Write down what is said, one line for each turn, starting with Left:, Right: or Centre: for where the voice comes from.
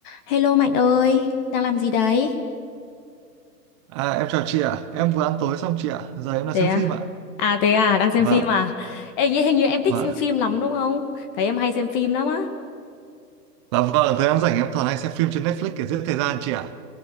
Left: Hello Mạnh ơi, đang làm gì đấy?
Right: À, em chào chị ạ. Em vừa ăn tối xong chị ạ. Giờ em đang
Left: Thế
Right: xem
Left: à?
Right: phim ạ.
Left: À thế à, đang xem
Right: Vâng,
Left: phim à? Ê, nghĩ hình như em thích
Right: vâng.
Left: xem phim lắm đúng không? Thấy em hay xem phim lắm á.
Right: Dạ vâng, thời gian rảnh em thường hay xem phim trên Netflix để giết thời gian chị ạ.